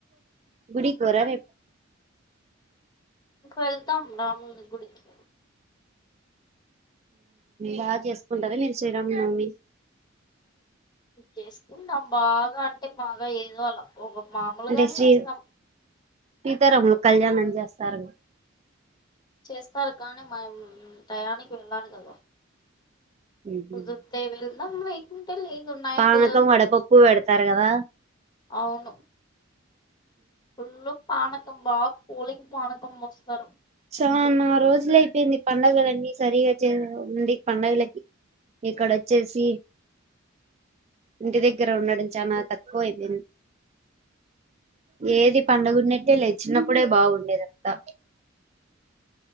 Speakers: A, on the right; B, on the left.
A: గుడి పోరా రేపు
B: ఇ వెళతా రాము గుడికి
A: బాగా చేసుకుంటారా మీరు శ్రీరామ నవమి
B: కేసు ఉన్నాం బాగా అంటే బాగా ఏదో అలా ఒక మామూలుగానే
A: అంటే శ్రీ
B: చేస్తాం
A: సీతారాముల కళ్యాణ అండి చేస్తారుగా
B: చేస్తారు కానీ మ్యామ్ తయనికికి వెళ్ళాని కద
A: ఉమ్.
B: కుదురుతే వె తమ్ లేకున్ కుంటే లేదు నయిట్
A: పానకం వడపప్పు పెడతారు కదా
B: అవును ఫుల్లు పానకం బాగా కూలింగ్ పానకం పోస్తారు
A: చానా రోజులు అయిపోయింది పండగలన్నీ సరిగా చే ఉంది పండగలకి ఇక్కడ వచ్చేసి ఇంటి దగ్గర ఉన్నాడంచమా పోయిపోంది ఏది పడుగన్నట్టే లేచినప్పుడే బాగుండేద అంతా